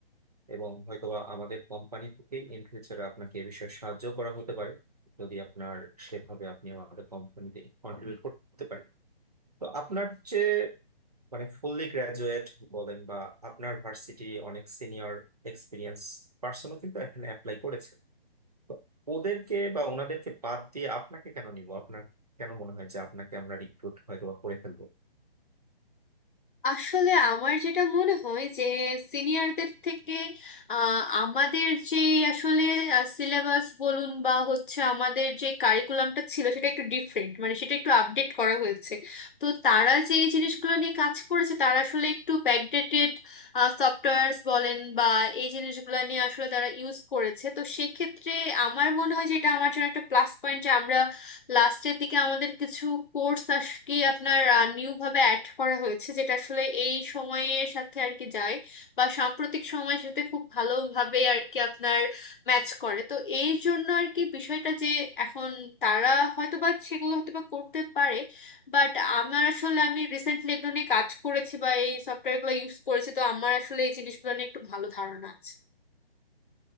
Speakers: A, on the right (about 40°); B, on the left (about 55°).
A: এবং হয়তোবা আমাদের কোম্পানি থেকে ইন ফিউচারে আপনাকে এ বিষয়ে সাহায্য করা হতে পারে যদি আপনার সেভাবে আপনি আমাদের কোম্পানিতে কন্ট্রিবিউট করতে পারেন তো আপনার যে মানে ফুললি গ্রাজুয়েট বলেন বা আপনার ভার্সিটি অনেক সিনিয়র এক্সপিরিয়েন্স পার্সনও কিন্তু এখানে অ্যাপ্লাই করেছে তো ওদেরকে বা ওনাদেরকে বাদ দিয়ে আপনাকে কেন নিব আপনার কেন মনে হয় যে আপনাকে আমরা রিক্রুট হয়তো বা করে ফেলবো
B: আসলে আমার যেটা মনে হয় যে সিনিয়রদের থেকে আহ, আমাদের যে আসলে সিলেবাস বলুন বা হচ্ছে আমাদের যে কারিকুলামটা ছিল সেটা একটু ডিফারেন্ট মানে সেটা একটু আপডেট করা হয়েছে তো তারা যে এই জিনিসগুলো নিয়ে কাজ করেছে তারা আসলে একটু ব্যাকডেটেড সফটওয়্যার্স বলেন বা এই জিনিসগুলো নিয়ে আসলে তারা ইউজ করেছে তো সেক্ষেত্রে আমার মনে হয় যে এটা আমার জন্য একটা প্লাস পয়েন্ট যে আমরা লাস্টের দিকে আমাদের কিছু কোর্স আর কি আপনার নিউ ভাবে অ্যাড করা হয়েছে যেটা আসলে এই সময়ের সাথে আর কি যায় বা সাম্প্রতিক সময়ের সাথে খুব ভালোভাবে আর কি আপনার ম্যাচ করে তো এই জন্য আর কি বিষয়টা যে এখন তারা হয়তো বা সেগুলো হয়তো বা করতে পারে বাট আমার আসলে আমি রিসেন্টলি এগুলো নিয়ে কাজ করেছি বা এই সফটওয়্যারগুলো ইউজ করেছি তো আমার আসলে এই জিনিসগুলো নিয়ে একটু ভালো ধারণা আছে